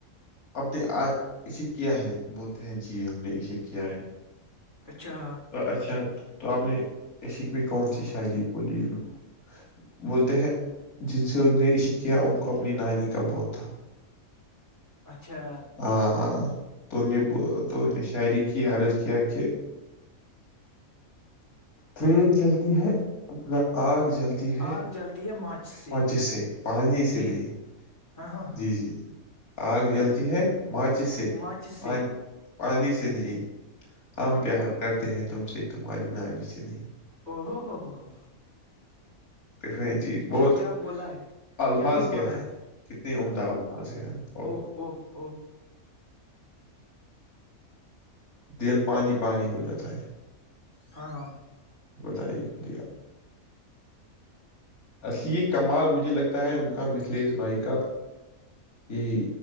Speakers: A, on the left (about 85°); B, on the left (about 35°).
A: ہم نے آ اسے کیا ہے بولتے ہیں جی ہم نے اسے کیا ہے
B: اچھا
A: تو اچھا تو آپ نے اس س بھی کون سی شاعری بولی ان کو بولتے ہیں جن سے ان نےشق کیا ان کو اپنی نانی کا بوت تھا
B: اچھا
A: ہاں ہاں تو نے تو نے شاعری کی عرض کیا کہ
B: ج <unintelligible>
A: پریین چلتی ہے اپنا آگ جلتی ہے
B: آگ جلتی ہے ماچ سے
A: مچس سے پانی سے
B: جی
A: نہیں
B: ہاں ہاں ہاں
A: جی جی جی آگ
B: پھر
A: جلتی ہے ماچس سے
B: ماچس
A: پانی
B: سے
A: پانی سے نہیں ہم
B: ہ
A: پیار کرتے ہیں تم سے تو ہماری نانی سے نہیں
B: او ہو ہو ہو ہو
A: پفرینسی
B: جی
A: بہت
B: کیا بولا ہے
A: الفاظ
B: کیا ہی بولا
A: ہیں
B: ہے
A: کتنے عمدہ الفاظ ہیں اور
B: او او او
A: دل پانی پانی ہو جاتا ہے
B: ہاں ہاں
A: بتائیے خریہ اصلی یہ کمال مجھے لگتا ہے ان کا مثلیش بھائی کا یہی